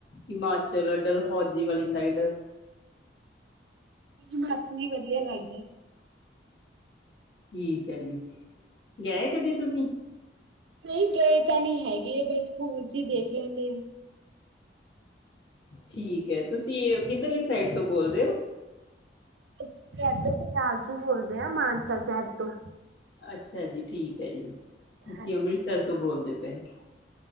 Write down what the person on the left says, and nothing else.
ਹਿਮਾਚਲ ਡਲਹੌਜੀ ਵਾਲੀ ਸਾਈਡ
ਠੀਕ ਹੈ ਜੀ ਗਏ ਕਦੇ ਤੁਸੀਂ
ਠੀਕ ਹੈ ਤੁਸੀਂ ਕਿੱਧਰਲੀ ਸਾਈਡ ਤੋਂ ਬੋਲਦੇ ਹੋ
ਅੱਛਾ ਜੀ ਠੀਕ ਹੈ ਜੀ ਅਸੀਂ
ਅੰਮ੍ਰਿਤਸਰ ਤੋਂ ਬੋਲਦੇ ਥੈਂਕ ਯੂ